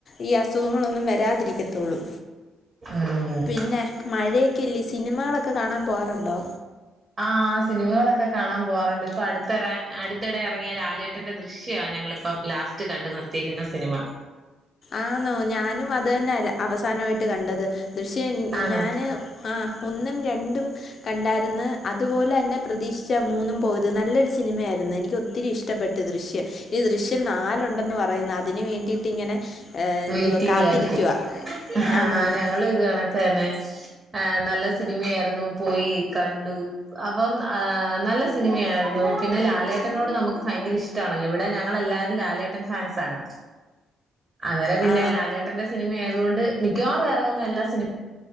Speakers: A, on the left; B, on the right.
A: ഈ അസുഖങ്ങളൊന്നും വരാതിരിക്കത്തുള്ളൂ
B: ഉം
A: പിന്നെ മഴയൊക്കെല്ല സിനിമകളൊക്കെ കാണാൻ പോവാറുണ്ടോ
B: ആഹ് സിനിമകളൊക്കെ കാണാൻ പോറുണ്ട് ഇപ്പൊ അടു ഇത്രറ അടുത്തിടെ ഇറങ്ങിയൽ ആ ലേട്ടന്റെ ദൃശ്യമാണ് ഞങ്ങളിപ്പം ലാസ്റ്റ് കണ്ട നിർത്തിയിരിക്കുന്ന സിനിമ
A: ആന്നോ ഞാനും അത് തന്നെ അ അവസാനമായിട്ട് കണ്ടത് ദൃശ്യ
B: ആന്നോ
A: ഞാന് ആ ഒന്നും രണ്ടും കണ്ടായിരുന്നു അതുപോലെ തന്നെ പ്രതീക്ഷിച്ചാ മൂന്നും പോ ത് നല്ലൊരു സിനിമയായിരുന്നു യത് നല്ലൊരു സിനിമ ആയിരുന്നു എനിക്ക് ഒത്തിരി ഇഷ്ടപ്പെട്ട് ദൃശ്യം ഈ ദൃശ്യം നാലുണ്ടെന്ന് പറ പറയുന്നു അതിന് വേണ്ടിട്ട് ഇങ്ങനെ ഏ, എന്തുവാ
B: വെയിറ്റിങ്ങിലായിരിക്കും
A: കാത്തിരിക്കുവ
B: ആ
A: ആന്നാന്ന്
B: ഞങ്ങള് ഇത് കണക്കെന്നെ ആഹ് നല്ല സിനിമയായിരുന്നു പോയി കണ്ടു അപ്പം ആ നല്ല സിനിമയായിരുന്നു പിന്നെ ലാലേട്ടനോട് നമുക്ക് ഫയങ്കര ഇഷ് ടാണല്ലോ ഇവിടെ ഞങ്ങൾ എല്ലാരും ലാലേട്ടൻ ഫാൻസാണ് അന്നേരം പിന്നെ
A: ആ
B: ലാലേട്ടന്റെ സിനിമ ആയതുകൊണ്ട് മിക്കവാറും എറങ്ങുന്ന എല്ലാ സിനിമ